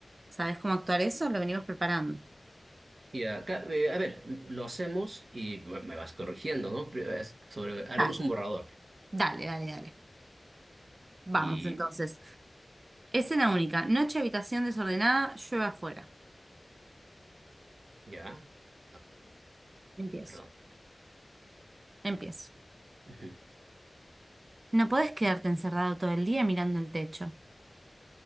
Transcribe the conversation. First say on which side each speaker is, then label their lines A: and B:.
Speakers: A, on the right; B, on the right.
A: ¿Sabes cómo actuar eso? Lo venimos preparando.
B: Ya, ca- eh, a ver, lo hacemos y me me vas corrigiendo, ¿no? Pero es Sobre, haremos
A: Dale,
B: un borrador
A: dale, dale, dale. Vamos
B: y
A: entonces. Escena única. Noche, habitación desordenada, llueve afuera.
B: ya. Ah,
A: Empiezo,
B: perdón.
A: empiezo.
B: Ujú.
A: No podés quedarte encerrado todo el día mirando el techo.